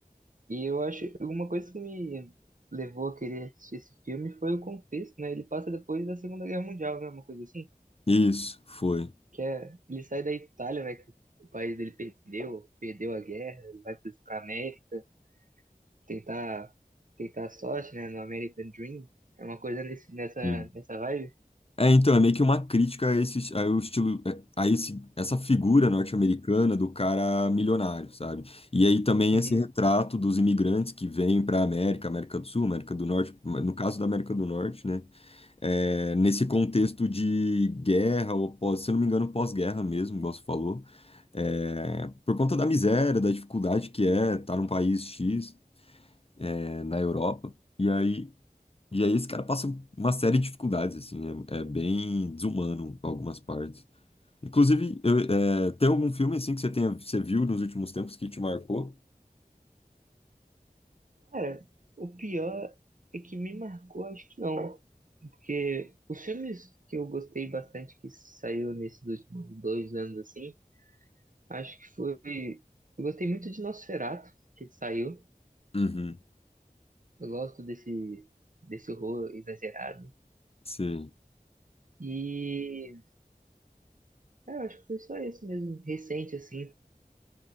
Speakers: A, on the right (about 55°); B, on the left (about 40°).
A: E eu acho uma coisa que me levou a querer assistir esse filme foi o contexto, né? Ele passa depois da Segunda Guerra Mundial, né? Uma coisa assim,
B: Isso, foi.
A: que é ele sai da Itália, né? Que o país dele perdeu, perdeu a guerra, ele vai para a América tentar tentar a sorte, né? No American Dream, é uma coisa nesse, nessa
B: Sim.
A: nessa vibe.
B: É, então, é meio que uma crítica a esse, a o estilo, a esse, essa figura norte-americana do cara milionário, sabe? E aí também
A: Uhum.
B: esse retrato dos imigrantes que vêm para a América, América do Sul, América do Norte, no caso da América do Norte, né? é, nesse contexto de guerra, ou pós, se eu não me engano, pós-guerra mesmo, igual você falou, é, por conta da miséria, da dificuldade que é estar num país X, é, na Europa, e aí, e aí esse cara passa uma série de dificuldades, assim, é, é bem desumano em algumas partes. Inclusive, eu- é, tem algum filme, assim, que você tenha, você viu nos últimos tempos que te marcou?
A: Cara, o pior é que me marcou, acho que não. Porque os filmes que eu gostei bastante que saiu nesses últimos dois anos, assim, acho que foi. Eu gostei muito de Nosferatu, que saiu.
B: Uhum,
A: Eu gosto desse, desse horror exagerado.
B: sim.
A: E é, eu acho que foi só esse mesmo, recente, assim.